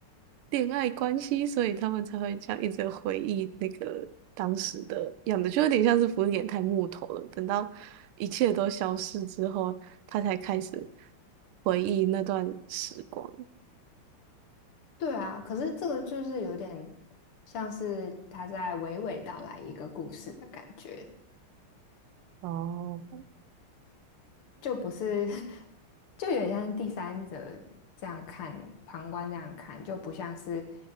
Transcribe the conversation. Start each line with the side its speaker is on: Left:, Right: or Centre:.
Right: 恋爱关系，所以他们才会这样一直回忆那个当时的样子，就有点像是福原太木头了。等到一切都消失之后，他才开始回忆那段时光。
Left: 对啊，可是这个就是有点像是他在娓娓道来一个故事的感觉，
Right: 哦，
Left: 就不是，<laughs> 就有点像第三者这样看，旁观这样看，就不像是